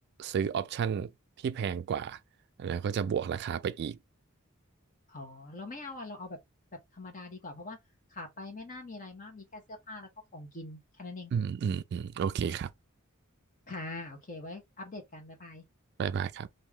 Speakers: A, on the right; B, on the left.
A: ซื้อออปชั่นที่แพงกว่าแล้วก็จะบวกราคาไปอีก
B: อ๋อเราไม่เอาอ่ะเราเอาแบบแบบธรรมดาดีกว่าเพราะว่าขาไปไม่น่ามีอะไรมากมีแค่เสื้อผ้าแล้วก็ของกินแค่นั้นเอง
A: อืมอืมอืมโอเคครับ
B: ค่ะโอเคไว้อัปเดตกันบ๊ายบาย
A: บ๊ายบายครับ